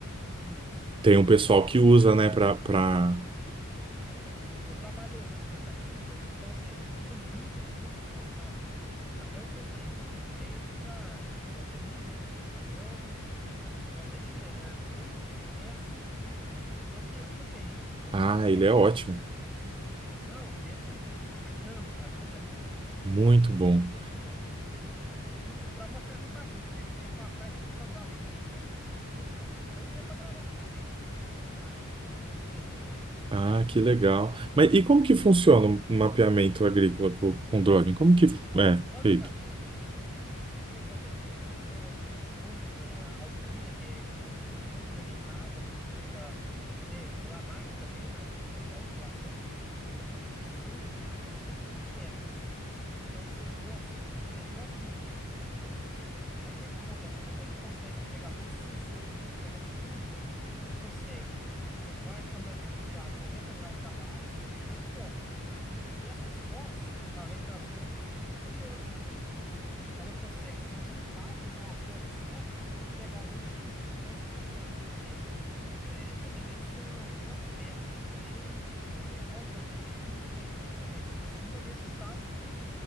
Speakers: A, in the centre; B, on the right (about 25°).
A: Isso.
B: Tem um pessoal
A: Eu.
B: que usa, né, para, para...
A: Isso. Eu trabalho na usina de cana-de-açúcar, então, assim, a gente usa muito a questão de drone, sabe? Até eu comprei um, que é esse da DJI, né? O meu é o DJI, né? Air dois s Eu tenho um desse também. Eu uso
B: Ah,
A: para mapeamento
B: ele é ótimo.
A: agrícola. Não, pensa num. A câmera, cara, o tanque é boa.
B: Muito bom.
A: E assim, ó, eu, eu uso para mapeamento agrícola. Mas esse tempo atrás teve um casamento de um, de um primo meu, eu usei para gravar o casamento. Eu dei filmagem com esse primo meu de presente.
B: Ah, que legal. Mas e como que funciona um mapeamento agrícola co- com, drone? Como que é
A: Olha, basicamente,
B: feito?
A: o que acontece? A gente voa aí hoje, né? A altura que é, é regulamentada pela, ele é, pela ANAC também, né? Agência Nacional de Aviação, é, é, 100, é 120 metros. Então você voa a 120 metros de altura. Aí o que, é que acontece? Como ele consegue pegar todos os sensores, ele pega altitude, ele consegue. Você põe a câmera dele virada 90 graus para baixo, você vai tirando fotos. E essas fotos, através da triangulometria, ela consegue se juntar, fazer uma foto só e pegar as altitudes. Então você consegue, por exemplo, é, fazer medição, quantos metros que tem, é, qual que é a altimetria e tudo mais, em cima desses dados dele.